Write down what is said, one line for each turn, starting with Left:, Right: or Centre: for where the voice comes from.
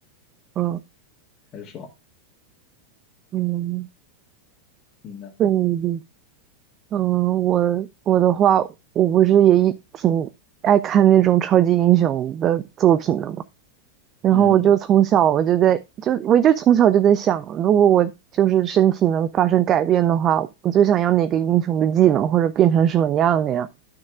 Right: 嗯
Left: 太爽。
Right: 嗯，
Left: 你呢？
Right: 对，嗯，我我的话，我不是也一挺爱看那种超级英雄的作品的吗？然后我就从小我就在就我就从小就在想，
Left: 嗯
Right: 如果我就是身体能发生改变的话，我最想要哪个英雄的技能，或者变成什么样的呀？